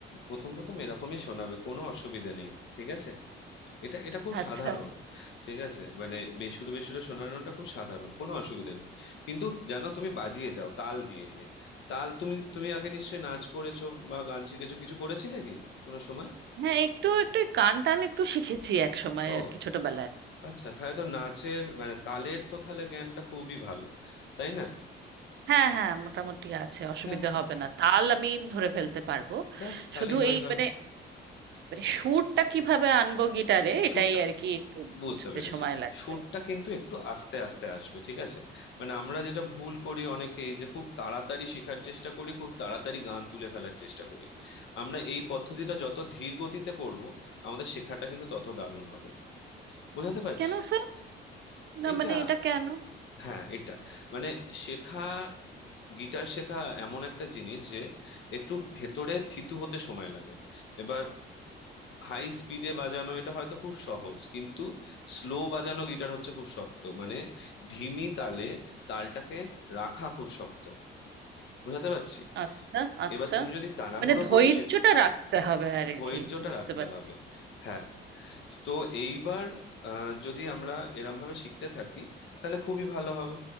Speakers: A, on the left; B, on the right.
A: প্রথম প্রথম এরকমই শোনাবে কোনো অসুবিধে নেই ঠিক আছে এটা এটা খুব
B: আচ্ছা
A: সাধারণ ঠিক আছে মানে বেসুরো বেসুরো শোনানোটা খুব সাধারণ কোনো অসুবিধা নেই কিন্তু জানো তুমি বাজিয়ে যাও তাল দিয়ে দিয়ে তাল তুমি তুমি আগে নিশ্চয়ই নাচ করেছো বা গান শিখেছো কিছু করেছিলে কি কোনো সময়
B: হ্যাঁ একটু একটু গান টান একটু শিখেছি এক সময়
A: ও
B: আর কি ছোটবেলায়
A: আচ্ছা তাহলে তো নাচের মানে তালের তো তাহলে জ্ঞানটা খুবই ভালো তাই না
B: হ্যাঁ হ্যাঁ মোটামুটি আছে অসুবিধা
A: হ্যাঁ
B: হবে না তাল আমি ধরে ফেলতে পারবো
A: ব্যাস তাহলেই
B: শুধু
A: হয়ে
B: এই
A: গেল
B: মানে মানে সুরটা কিভাবে আনবো গিটারে এটাই
A: সুরটা
B: আর কি একটু
A: বুঝতে
B: বুঝতে
A: পেরেছি
B: সময় লাগবে
A: সুরটা কিন্তু একটু আস্তে আস্তে আসবে ঠিক আছে মানে আমরা যেটা ভুল করি অনেকে এই যে খুব তাড়াতাড়ি শেখার চেষ্টা করি খুব তাড়াতাড়ি গান তুলে ফেলার চেষ্টা করি আমরা এই পদ্ধতিটা যত ধীর গতিতে করব আমাদের শেখাটা কিন্তু তত দারুণ হবে বোঝাতে পারছি
B: কেন স্যার না
A: এটা
B: মানে এটা কেন
A: হ্যাঁ এটা মানে শেখা গিটার শেখা এমন একটা জিনিস যে একটু ভেতরে থিতু হতে সময় লাগে এবার হাই স্পিডে বাজানো এটা হয়তো খুব সহজ কিন্তু স্লো বাজানো গিটার হচ্ছে খুব শক্ত মানে ধিমি তালে তালটাকে রাখা খুব শক্ত বোঝাতে পারছি
B: আচ্ছা আচ্ছা
A: এবার তুমি যদি তাড়াহুড়ো
B: মানে ধৈর্যটা
A: করে শেখো
B: রাখতে হবে আর
A: ধৈর্যটা
B: কি বুঝতে
A: রাখতে
B: পারছি
A: হবে হ্যাঁ তো এইবার আহ, যদি আমরা এরম ভাবে শিখতে থাকি তাহলে খুবই ভালো হবে